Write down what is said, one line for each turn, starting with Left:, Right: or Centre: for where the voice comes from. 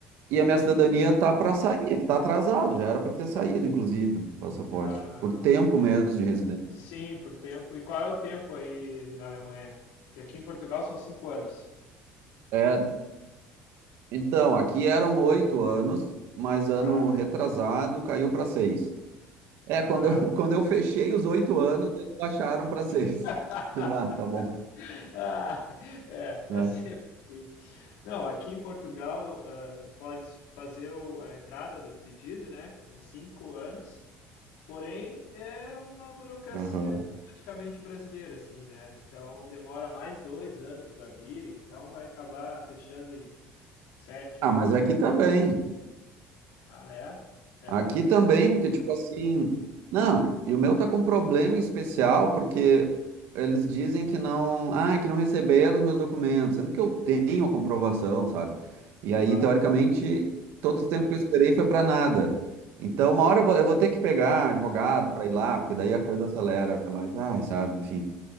Right: e
Left: boa.
Right: a minha cidadania tá para sair, é que tá atrasado, já era para ter saído, inclusive, o passaporte,
Left: Ah,
Right: por tempo
Left: entendi.
Right: mesmo de residência.
Left: Sim, por tempo. E qual é o tempo aí na Alemanha? Porque aqui em Portugal são cinco anos.
Right: Era. Então, aqui eram oito anos, mas ano
Left: Caraca.
Right: retrasado caiu para seis. É,
Left: Ah.
Right: quando eu, <laughs> quando eu fechei os oito anos, eles baixaram para seis.
Left: <laughs>
Right: <laughs> Aí Eu, ah, tá bom.
Left: <laughs> Ah, é, é
Right: né?
Left: sempre assim. Não, aqui em Portugal, ah, tu podes fazer o- a entrada do pedido, né, com cinco anos, porém é uma burocracia
Right: Aham.
Left: praticamente brasileira, assim, né? Então demora mais dois anos para vir, então vai acabar fechando em sete,
Right: Ah,
Left: oito
Right: mas
Left: anos,
Right: aqui
Left: talvez.
Right: também.
Left: Ah, é? É,
Right: Aqui também, porque, tipo assim. Não, e o meu tá com um problema em especial, porque eles dizem que não. ah, que não receberam os meus documentos, sendo que eu tenho a comprovação, sabe? E
Left: claro.
Right: aí, teoricamente, todo esse tempo que eu esperei foi para nada. Então,
Left: Ih,
Right: uma hora eu vou, eu vou ter que pegar advogado para ir lá, porque daí a coisa acelera, mas, ai, sabe, enfim.